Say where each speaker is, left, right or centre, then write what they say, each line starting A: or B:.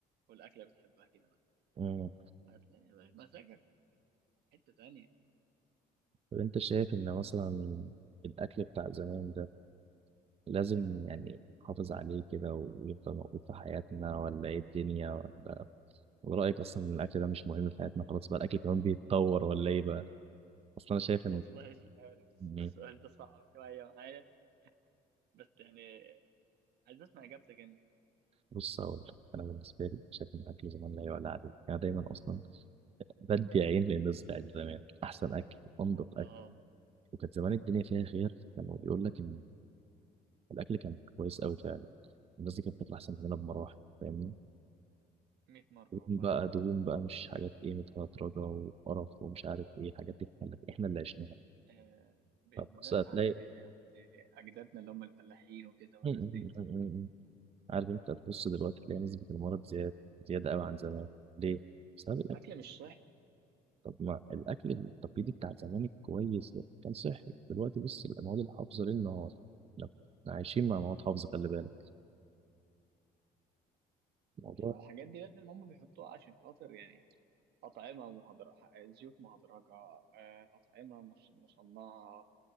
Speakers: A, on the right; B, on the right.
A: كل اكله بتحبها كده مثلا
B: مم.
A: هتلاقي بقى مزاجك في حته تانية
B: طب انت شايف ان مثلا الاكل بتاع زمان ده لازم يعني نحافظ عليه كده ويفضل موجود في حياتنا ولا ايه الدنيا ولا ورأيك أصلا إن الأكل ده مش مهم في حياتنا خلاص بقى الأكل كمان بيتطور ولا إيه بقى؟ أصلا أنا شايف
A: <laughs> والله
B: إن
A: مش عارف السؤال
B: يعني
A: ده صعب شويه معايا بس يعني عايز اسمع اجابتك انت
B: بص أقول لك، أنا بالنسبة لي شايف إن الأكل زمان لا يعلى عليه، أنا دايما أصلا بدي عين للناس بتاعت زمان، أحسن أكل، أنضف
A: اه
B: أكل، وكانت زمان الدنيا فيها خير، كانوا يقول لك إن الأكل كان كويس أوي فعلا، الناس دي كانت بتطلع أحسن مننا بمراحل، فاهمني؟
A: 100 مره
B: دهون
A: والله
B: بقى دهون بقى مش حاجات إيه متهدرجة وقرف ومش عارف إيه، الحاجات دي إحنا اللي إحنا اللي عشناها،
A: آه بالذات
B: فبص هتلاقي
A: عند عند اجدادنا اللي هم الفلاحين وكده والناس
B: <laughs>
A: دي
B: عارف انت تبص دلوقتي تلاقي نسبة المرض زيادة زيادة قوي عن زمان ليه؟ بسبب الأكل
A: الاكل مش صح
B: طب ما الأكل التقليدي بتاع زمان الكويس ده كان صحي دلوقتي بص المواد الحافظة ليل نهار احنا إحنا عايشين مع مواد حافظة خلي بالك الموضوع
A: يعني الحاجات دي لازم هم بيحطوها عشان خاطر يعني أطعمة مهدرجة زيوت مهدرجة آه، أطعمة مش مصنعة